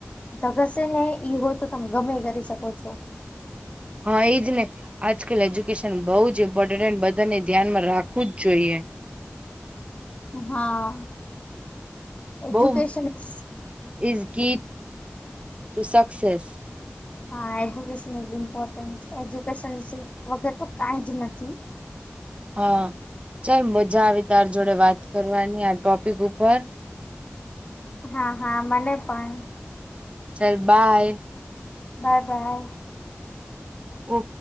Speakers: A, on the left; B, on the right.
A: ધગસ હે ને, ઈ હોય તો તમે ગમે ઈ કરી સકો છો.
B: હા એજ ને આજકાલ એજ્યુકેશન બહુ જ ઇમ્પોર્ટન્ટ બધાને ધ્યાનમાં રાખવું જ જોઈએ.
A: હા એજ્યુકેશન
B: બહઉ
A: ઇઝ
B: ઇઝગીટ ટુ સક્સેસ
A: હા એજ્યુકેશન ઇ ઇમ્પોર્ટન્ટ, એજ્યુકેશન વગર તો કઈ જ નથી.
B: હા ચાલ મજા આવે તાર જોડે વાત કરવાની આ ટોપિક ઉપર
A: હા હા મને પણ
B: ચલ બાય.
A: બાય બાય
B: ઓ